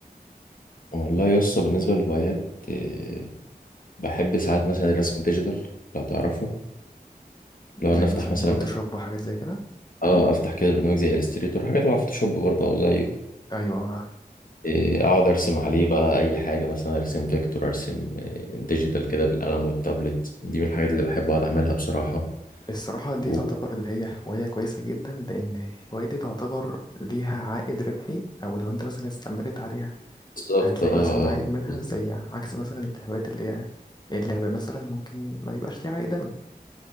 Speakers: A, on the left; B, on the left.
A: والله يا اسطى بالنسبه للهوايات آه، بحب ساعات مثلا الرسم الديجيتال لو تعرفه لو انا
B: زي
A: افتح
B: مثلا
A: مثلا
B: فوتوشوب
A: بر-
B: وحاجات زي كده
A: اه افتح كده برنامج زي الستريتور حاجه تبع فوتوشوب برضه او زيه
B: ايوه عارف
A: آه، اقعد ارسم عليه بقى اي حاجه مثلا ارسم فيكتور ارسم آه، ديجيتال كده بالقلم والتابلت دي من الحاجات اللي بحب اقعد اعملها بصراحه
B: الصراحة دي
A: و-
B: تعتبر اللي هي هواية كويسة جدا لأن الهواية دي تعتبر ليها عائد ربحي أو لو أنت مثلا استمرت عليها
A: بالظبط
B: هتلاقي
A: اه
B: مثلا عائد منها
A: بالظبط.
B: زي عكس مثلا الهوايات اللي هي اللعب مثلا ممكن ما يبقاش ليه عائد أوي